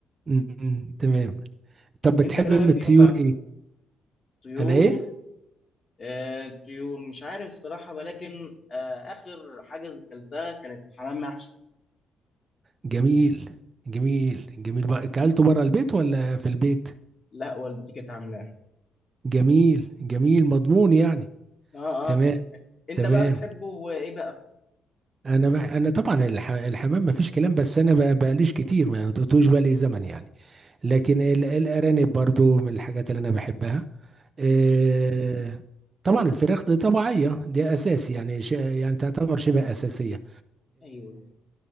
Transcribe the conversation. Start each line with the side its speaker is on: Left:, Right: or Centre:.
Right: م- م- تمام طب بتحب
Left: انت ايه رايك
Right: ام الطيور
Left: فيهم بقى
Right: ايه
Left: طيور
Right: انا ايه
Left: آه طيور مش عارف الصراحه ولكن آه اخر حاجه اكلتها كانت حمام محشي
Right: جميل جميل جميل بقى اكلته بره البيت ولا في البيت
Left: لا والدتي كانت عاملاه
Right: جميل جميل مضمون يعني
Left: اه
Right: تمام
Left: اه انت
Right: تمام
Left: بقى بتحبه وايه بقى
Right: انا بقى انا طبعا الح- الحمام ما فيش كلام بس انا بقى بقليش كتير ما دوتوش بالي زمن يعني لكن ال- الارانب برضو من الحاجات اللي انا بحبها إيه
Left: امم
Right: طبعا الفراخ دي طبيعيه دي اساس يعني ش- يعني تعتبر شبه اساسيه
Left: ايوه